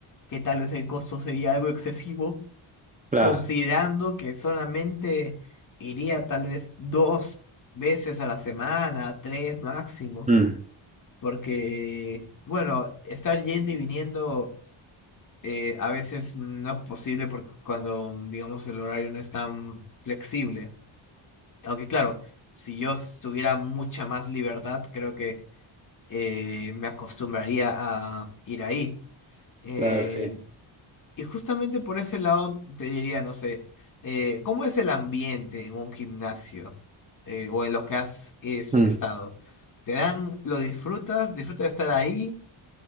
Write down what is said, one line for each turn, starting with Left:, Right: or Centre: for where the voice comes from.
Left: que tal vez el costo sería algo excesivo,
Right: Claro.
Left: considerando que solamente iría tal vez dos veces a la semana, tres máximo,
Right: Mm.
Left: porque, bueno, estar yendo y viniendo eh, a veces no es posible porque cuando, digamos, el horario no es tan flexible. Aunque claro, si yo s- tuviera mucha más libertad, creo que eh, me acostumbraría a ir ahí. Eh,
Right: Claro, sí.
Left: y justamente por ese lado te diría, no sé, eh, ¿cómo es el ambiente en un gimnasio eh, o en los que has es-
Right: Mm.
Left: estado? ¿Te dan, lo disfrutas, disfrutas de estar ahí?